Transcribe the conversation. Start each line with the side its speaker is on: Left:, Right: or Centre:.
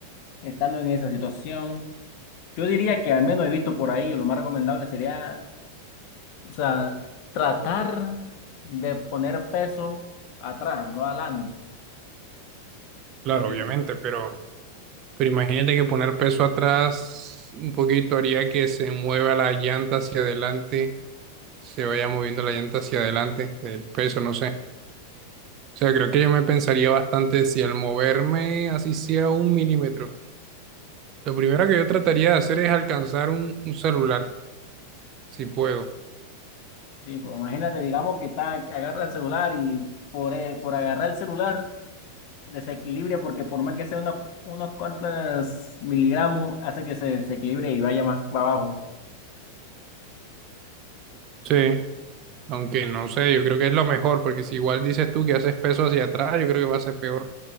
Left: estando en esa situación, yo diría que al menos he visto por ahí, o lo más recomendable sería, o sea, tratar de poner peso atrás, no adelante.
Right: Claro,
Left: Pero,
Right: obviamente, pero, pero imagínate que poner peso atrás un poquito haría que se mueva la llanta hacia adelante, se vaya moviendo la llanta hacia adelante del peso, no sé. O sea, creo que yo me pensaría bastante si al moverme así sea un milímetro. Lo primero que yo trataría de hacer es alcanzar un, un celular, si puedo.
Left: sí, pues imagínate, digamos que está, agarra el celular y por, eh, por agarrar el celular. desequilibrio, porque por más que sea unos, unos cuantos miligramos, hace que se desequilibre y vaya más para abajo.
Right: Sí, aunque no sé, yo creo que es lo mejor, porque si igual dices tú que haces peso hacia atrás, yo creo que va a ser peor.